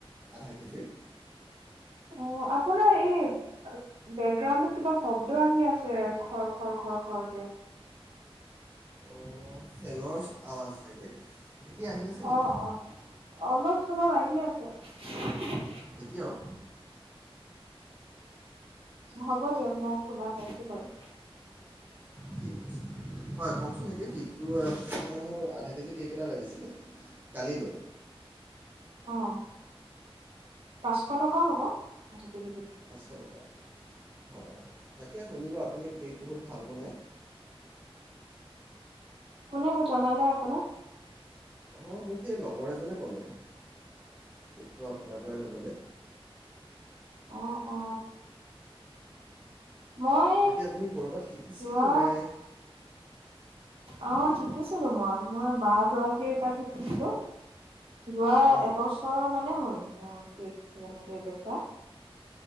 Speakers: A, on the right; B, on the right.
A: আধা কেজিৰ
B: অ আপোনাৰ এই বেকগ্ৰাউণ্ডত কিবা শব্দ আহি আছে খৰ খৰ খৰ খৰকে
A: অঁ ফেনৰ আৱাজ চাগে এতিয়া আহি আছে নেকি
B: অ অ অলপ চলপ আহি আছে <unintelligible>
A: এতিয়াও
B: উ হ'ব দিয়কোন শুনা পাইছো বাৰু
A: ঠিক আছে হয় কওকচোন এতিয়া কেকটো আপোনাৰ মোৰ আধা কেজি কেক এটা লাগিছিলে কালিলৈ
B: অঁ পাঁচশ টকা হ'ব কেজি বিধ
A: পাঁচশ টকা হয় তাকে শুনিলোঁ আপুনি কেক বহুত ভাল বনায়
B: কোনে জনালে আকৌ নো
A: অঁ মোক সেই লগৰ এজনে ক'লে সেইটো আপোনাৰ পৰাই ল'বলৈ
B: আহ অ মই
A: বাকী আপুনি ক'ৰবাত শিকিছিল
B: যোৱা
A: নে
B: অ শিকিছিলো মই মই ব গৰাকীৰ তাত শিকিছিলো। যোৱা
A: হুম,
B: এবছৰ মানে হ'ল মোৰ কে এনেকে বেচা।